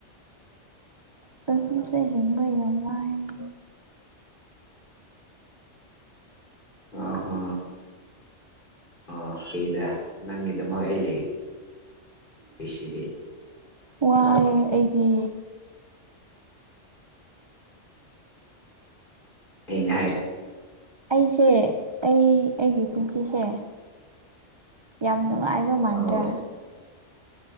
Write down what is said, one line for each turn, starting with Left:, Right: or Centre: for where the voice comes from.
Right: ꯄꯨꯟꯁꯤꯁ‌ꯦ ꯍꯤꯡꯕ ꯌꯥꯝ ꯋꯥꯏꯌ‌ꯦ
Left: ꯑꯍꯣ ꯑ ꯑꯩꯗ ꯅꯪꯒꯤꯗꯃꯛ ꯑꯩ ꯂꯩ ꯔꯤꯁꯤꯗꯤ
Right: ꯋꯥꯌ‌ꯦ ꯑꯩꯗꯤ
Left: ꯑꯩꯅ ꯍꯥꯏ
Right: ꯑꯩꯁꯦ ꯑꯩ ꯑꯩꯒꯤ ꯄꯨꯟꯁꯤꯁꯦ ꯌꯥꯝ ꯅꯨꯡꯉꯥꯏꯕ ꯃꯥꯟꯗ꯭ꯔꯥ
Left: ꯑꯣ